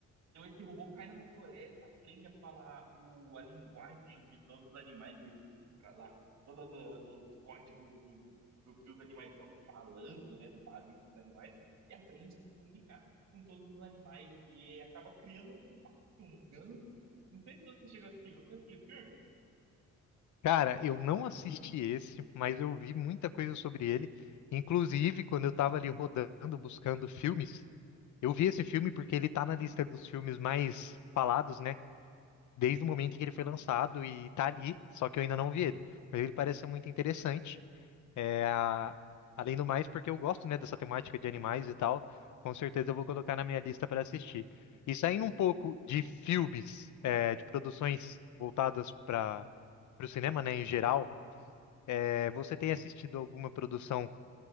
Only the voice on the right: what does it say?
Então esse robô cai numa floresta, aprende a falar o, a linguagem de todos os animais, decifra lá todos os, os códigos do, do que os animais estão falando, né, do barulho dos animais, e aprende a se comunicar com todos os animais. E acaba criando um, pato, um ganso. Não sei se você chegou a assistir. Você assistiu esse filme?